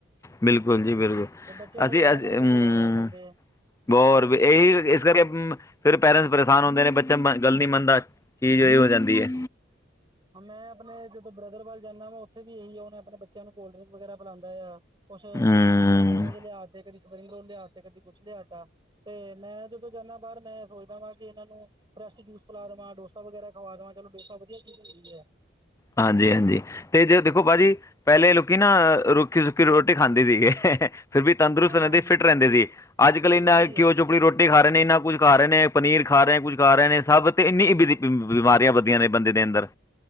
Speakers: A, on the left; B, on the right.
A: ਬਿਲਕੁਲ ਜੀ- ਬਿਲਕੁਲ
B: ਫਿਰ ਬੱਚਿਆਂ ਨੂੰ
A: ਅਸੀ-ਅਸੀ
B: ਕੁਛ ਕਹਿੰਦੇ ਬੱਚੇ
A: ਅਮ
B: ਰੋਣ ਲੱਗ ਪੈਂਦੇ ਆ
A: ਬੋਰ ਇਹੀ ਇਸ ਕਰਕੇ ਫਿਰ ਪੇਰੈਂਟਸ ਪਰੇਸ਼ਾਨ ਹੁੰਦੇ ਨੇ ਬੱਚਾ ਮ ਗੱਲ ਨਈ ਮੰਨਦਾ। ਚੀਜ਼ ਉਹੀ ਹੋ ਜਾਂਦੀ ਐ।
B: ਹਾਂ ਮੈਂ ਆਪਣੇ ਜਦੋਂ ਬ੍ਰਦਰ ਵੱਲ ਜਾਣਾ ਵਾ ਉੱਥੇ ਵੀ ਇਹੀ ਆ ਉਨੇ ਆਪਣੇ ਬੱਚਿਆਂ ਨੂੰ ਕੋਲਡਰਿੰਕ ਵਗੈਰਾ ਪਿਲਾਂਦਾ ਆ। ਕੁਛ
A: ਹਮ
B: ਮੋਮਸ ਲਿਆ ਤੇ ਆ ਕਦੀ ਸਪਰਿੰਗ ਰੋਲ ਲਿਆ ਤੇ ਕਦੀ ਕੁਛ ਲਿਆ ਤਾ। ਤੇ ਮੈਂ ਜਦੋਂ ਜਾਣਾ ਬਾਰ ਮੈਂ ਸੋਚਦਾ ਵਾ ਕਿ ਇਨਾਂ ਨੂੰ ਫਰੈਸ਼ ਜੂਸ ਪਿਲਾ ਦਵਾਂ ਡੋਸਾ ਵਗੈਰਾ ਖਵਾ ਦਵਾਂ ਚਲੋ ਡੋਸਾ ਵਧੀਆ ਚੀਜ਼ ਹੁੰਦੀ ਐ।
A: ਹਾਂਜੀ-ਹਾਂਜੀ ਤੇ ਜੇ ਦੇਖੋ ਭਾਜੀ ਪੈਲੇ ਲੋਕੀ ਨਾ ਰੁੱਖੀ ਸੁੱਕੀ ਰੋਟੀ ਖਾਂਦੇ ਸੀਗੇ ਫਿਰ ਵੀ ਤੰਦਰੁਸਤ
B: ਹਾਂ ਹਾਂਜੀ
A: ਰੈਂਦੇ ਫਿਟ ਰੈਂਦੇ ਸੀ ਅੱਜ ਕੱਲ ਇੰਨਾ
B: ਸਹੀ ਹੈ
A: ਘਿਉ ਚੁੱਪੜੀ ਰੋਟ ਰੋਟੀ ਖਾ ਰਏ ਨੇ ਇੰਨਾ ਕੁੱਝ ਖਾ ਰਏ ਨੇ ਪਨੀਰ ਖਾ ਰਏ ਨੇ ਕੁਝ ਖਾ ਰਏ ਨੇ ਸਭ ਤੇ ਇੰਨੀ ਬੀਜੀ ਬਿਮਾਰੀਆਂ ਵਧੀਆ ਨੇ ਬੰਦੇ ਦੇ ਅੰਦਰ